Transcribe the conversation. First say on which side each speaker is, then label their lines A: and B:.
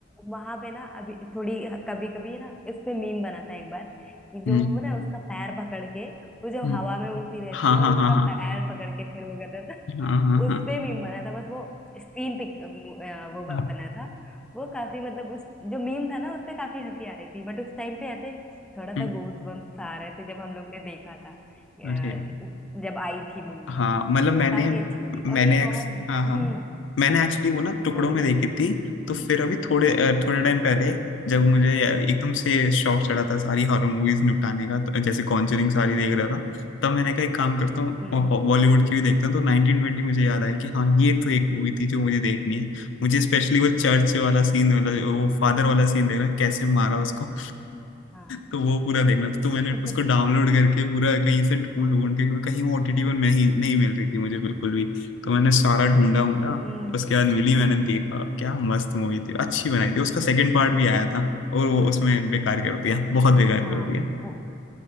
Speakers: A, in the centre; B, on the left (about 80°).
A: वहां पे ना अभी थोड़ी कभी कभी ना उस पे मीम बना था एक बार कि जो
B: हम्म
A: वो ना उसका पैर पकड़ के वो
B: हम्म
A: जब
B: हम्म।
A: हवा में उड़ती रहती
B: हाँ
A: है
B: हाँ
A: और उसका
B: हाँ हाँ
A: पैर पकड़ के फिर वो करता था
B: हाँ हाँ
A: उस
B: हाँ
A: पे मीम बना था बस वो सीन पिक वो बना
B: हाँ
A: था वो काफी मतलब उस जो मीम था ना उस पे काफी हंसी आ रही थी बट उस टाइम पे ऐसे थोड़ा सा
B: हम्म,
A: गूज बम्स आ रहे थे जब हम लोग ने देखा था अ,
B: अरे
A: जब आई थी मूवी
B: हाँ मतलब मैंने
A: तो काफी अच्छी थी
B: मैंने
A: और एक
B: एक्स
A: और हम्म
B: हाँ हाँ मैंने एक्चुअली वो ना टुकड़ों
A: हाँ बोलो
B: में देखी थी तो फिर अभी थोड़े अ,
A: हाँ
B: थोड़े टाइम पहले जब मुझे एकदम से शौक चढ़ा था सारी हॉरर मूवीज निपटाने का तो जैसे कॉन्जरिंग सारी देख रहा था तब मैंने कहा एक काम करता हूँ
A: हम्म
B: बॉलीवुड की भी देखता हूँ तो नाइनटीन ट्वेंटी मुझे याद आया कि हाँ ये तो एक मूवी थी जो मुझे देखनी है मुझे स्पेशली वो चर्च वाला सीन वाला वो फादर वाला सीन देख रहा है कैसे मारा उसको
A: हाँ
B: तो वो पूरा देखना था तो मैंने
A: <laughs>
B: उसको डाउनलोड करके पूरा कहीं से ढूंढ ढूंढ के क्योंकि कहीं वो ओटीटी पर नहीं नहीं मिल रही थी मुझे बिल्कुल भी तो मैंने सारा ढूंढा ढूंढा
A: हम्म
B: उसके बाद मिली मैंने देखा क्या मस्त मूवी थी अच्छी बनाई थी उसका सेकंड पार्ट भी आया था और वो उसमें बेकार कर दिया बहुत बेकार
A: हाँ
B: कर दिया
A: वो